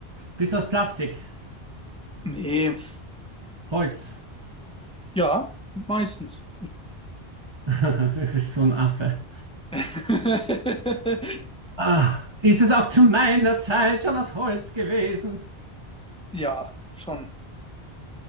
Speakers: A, on the right (about 25°); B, in the centre.
A: Bist du aus Plastik?
B: Nee,
A: Holz?
B: ja, meistens.
A: <laughs> Du bist so ein Affe.
B: <laughs>
A: Ah, ist es auch zu meiner Zeit schon aus Holz gewesen?
B: Ja, schon.